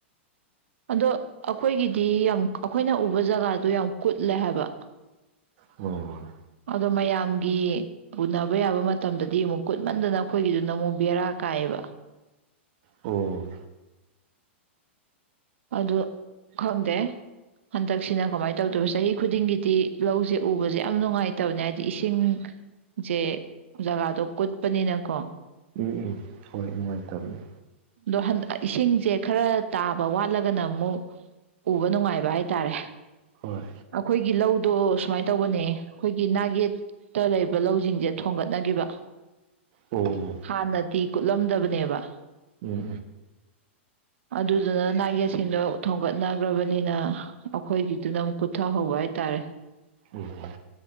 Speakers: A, on the right; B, on the right.
A: ꯑꯗꯣ ꯑꯩꯈꯣꯏꯒꯤꯗꯤ ꯌꯥꯝ ꯑꯩꯈꯣꯏꯅ ꯎꯕ ꯖꯒꯥꯗꯣ ꯌꯥꯝ ꯀꯨꯠꯂꯦ ꯍꯥꯏꯕ
B: ꯎꯝ
A: ꯑꯗꯣ ꯃꯌꯥꯝꯒꯤ ꯎꯅꯕ ꯌꯥꯕ ꯃꯇꯝꯗꯗꯤ ꯑꯃꯨꯛ ꯀꯨꯠꯃꯟꯗꯅ ꯑꯩꯈꯣꯏꯒꯤꯗꯨ ꯅ ꯑꯃꯨꯛ ꯕꯦꯔꯥ ꯀꯥꯏꯑꯕ
B: ꯑꯣ
A: ꯑꯗꯨ ꯈꯪꯗꯦ ꯍꯟꯗꯛꯁꯤꯅ ꯀꯃꯥꯏꯅ ꯇꯧꯗꯣꯏꯕ ꯆꯍꯤ ꯈꯨꯗꯤꯡꯒꯤꯗꯤ ꯂꯧꯁꯦ ꯎꯕꯁꯦ ꯌꯥꯝ ꯅꯨꯡꯉꯥꯏꯇꯕꯅꯦ ꯍꯥꯏꯗꯤ ꯏꯁꯤꯡꯁꯦ ꯖꯒꯥꯗꯣ ꯀꯨꯠꯄꯅꯤꯅꯀꯣ
B: ꯎꯝ ꯎꯝ ꯍꯣꯏ ꯅꯨꯡꯉꯥꯏꯇꯕꯅꯦ
A: ꯑꯗꯣꯟ ꯏꯁꯤꯡꯁꯦ ꯈꯔ ꯇꯥꯕ ꯋꯥꯠꯂꯒꯅ ꯑꯃꯨꯛ ꯎꯕ ꯅꯨꯡꯉꯥꯏꯕ ꯍꯥꯏꯇꯥꯔꯦ
B: ꯍꯣꯏ
A: ꯑꯩꯈꯣꯏꯒꯤ ꯂꯧꯗꯣ ꯁꯨꯃꯥꯏꯅ ꯇꯧꯕꯅꯦ ꯑꯩꯈꯣꯏꯒꯤ ꯅꯥꯒꯦꯠꯇ ꯂꯩꯕ ꯂꯧꯁꯤꯡꯁꯦ ꯊꯣꯡꯒꯠꯅꯈꯤꯕ
B: ꯑꯣ
A: ꯍꯥꯟꯅꯗꯤ ꯀꯠꯂꯝꯗꯕꯅꯦꯕ
B: ꯎꯝ ꯎꯝ
A: ꯑꯗꯨ ꯑꯗꯨꯅ ꯅꯥꯌꯦꯁꯤꯡꯗꯣ ꯊꯣꯡꯒꯠꯅꯈ꯭ꯔꯕꯅꯤꯅ ꯑꯩꯈꯣꯏꯒꯤꯗꯨꯅ ꯑꯃꯨꯛ ꯀꯨꯊꯍꯧꯕ ꯍꯥꯏꯇꯥꯔꯦ
B: ꯎꯝ